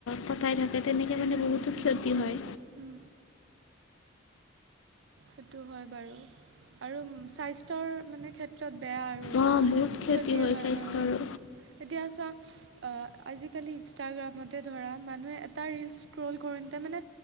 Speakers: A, on the left; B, on the right.
A: কটাই থাকে তেনেকে মানে বহুতো ক্ষতি হয়
B: উম সেইটো হয় বাৰু আৰু স্বাস্থ্যৰ মানে ক্ষেত ত্ৰত বেয়া আৰু
A: অঁ বহুত
B: ক্ষতি হয়
A: স্বাস্থ্যৰো
B: অ এতিয়া চোৱা অ আজিকালি ইনষ্টাগ্ৰামতে ধৰা মানুহে এটা ৰিলচ স্ক্ৰল কৰোনতে মানে